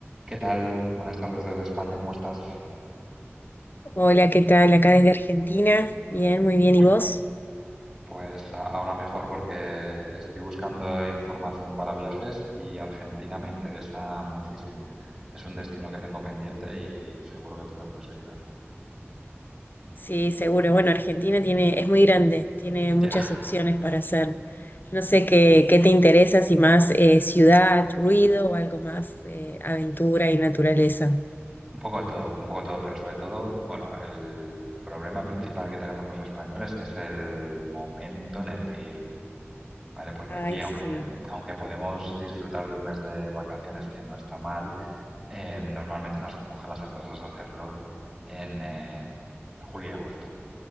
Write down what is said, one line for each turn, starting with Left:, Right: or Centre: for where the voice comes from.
Centre: ¿Qué tal? Buenas tardes desde España, ¿cómo estás?
Left: Hola, ¿qué tal? Acá desde Argentina. Bien, muy bien.
Centre: Uy,
Left: ¿Y vos?
Centre: Pues a- ahora mejor porque estoy buscando información para viajes y Argentina me interesa muchísimo. Es un destino que tengo pendiente y seguro que tú me puedes ayudar.
Left: Sí, seguro. Bueno, Argentina tiene, es muy grande, tiene
Centre: <laughs>
Left: muchas
Centre: Ya,
Left: opciones para hacer. No sé qué, qué te interesa, si más eh, ciudad, ruido o algo más eh, aventura y naturaleza.
Centre: un poco de todo, un poco de todo, pero sobre todo, bueno, el problema principal que tenemos los españoles es el momento en el que ir, ¿vale? Porque
Left: Ay,
Centre: aquí, aunque,
Left: sí.
Centre: ten- aunque podemos disfrutar de un mes de vacaciones, que no está mal, eh, normalmente nos empujan las empresas a hacerlo en eh, julio y agosto.